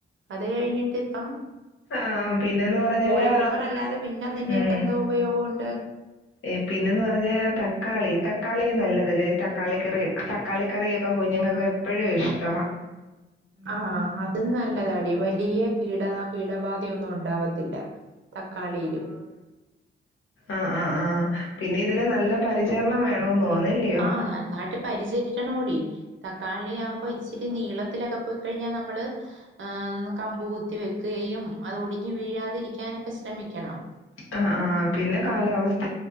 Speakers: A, on the right; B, on the left.
A: അത് കയ്ഞ്ഞിട്ട്പ്പം
B: ആ പിന്നെന്ന് പറഞ്ഞാല്
A: കോളിഫ്ലവറ ല്ലാതെ പിന്നെ നിന്നെക്കെന്തോ
B: ഉം,
A: ഉപയോഗോണ്ട്.
B: ഏ പിന്നെന്ന് പറഞ്ഞ തക്കാളി തക്കാളി നല്ലല്ലേ തക്കാളി കറി തക്കാളി നല്ലതല്ലേ തക്കാളി കറി തക്കാളി കറിയൊക്കെ കുഞ്ഞുങ്ങക്കെപ്പോയും ഇഷ്ടമാ.
A: ആ അതും നല്ലതാടി വലിയ കീട കീടബാധയൊന്നും ഉണ്ടാവത്തില്ല. തക്കാളീല്.
B: ആഹ് ആഹ് ആ. പിന്നെ ഇതിന് നല്ല പരിചരണം വേണമെന്ന് തോന്നുന്നില്ലയോ
A: ആ നന്നായ്ട്ട് പരിചരി ക്കണോടി തക്കാളി ആവുമ്പോ ഇച്ചിരി നീളത്തിലൊക്കെ പോയ് കയ്ഞ്ഞാൽ നമ്മള് ഏ കമ്പുകുത്തി വെക്കുകയും അത് ഒടിഞ്ഞു വീഴാതിരിക്കാനൊക്കെ ശ്രമിക്കണം.
B: ആ ആ പിന്നെ കാലാവസ്ഥ